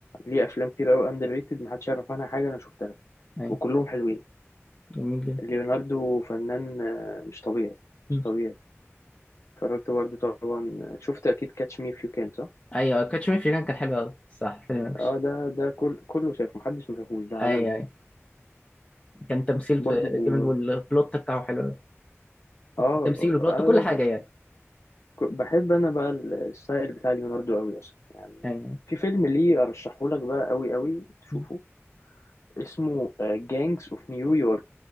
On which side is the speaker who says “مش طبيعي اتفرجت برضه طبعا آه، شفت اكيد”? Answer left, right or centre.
Left